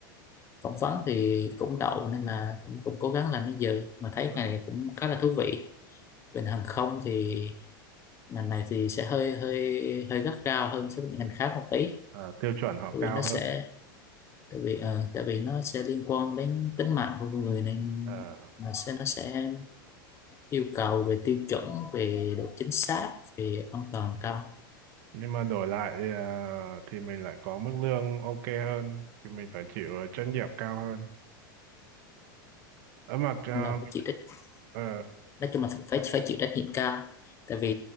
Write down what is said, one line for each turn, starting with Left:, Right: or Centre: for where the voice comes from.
Left: phỏng vấn thì cũng đậu nên là cũng cũng cố gắng làm đến giờ mà thấy
Right: ờ,
Left: cái này cũng khá là thú vị bên hàng không thì ngành này thì sẽ hơi hơi hơi gắt gao hơn so với những ngành khác một tí
Right: à, tiêu chuẩn họ
Left: tại
Right: cao
Left: vì nó sẽ
Right: hơn
Left: tại vì ờ, tại vì nó sẽ liên quan đến tính mạng của con người nên
Right: Ờ,
Left: mà sẽ nó sẽ yêu cầu về tiêu chuẩn về độ chính xác về an toàn cao Nói
Right: nhưng mà đổi lại à, thì mình lại có mức lương ok hơn thì mình phải chịu ờ, trách nhiệm cao hơn ở mà à,
Left: chung là phải
Right: mình-
Left: chỉ trách
Right: ờ,
Left: nói chung là phải phải chịu trách nhiệm cao tại vì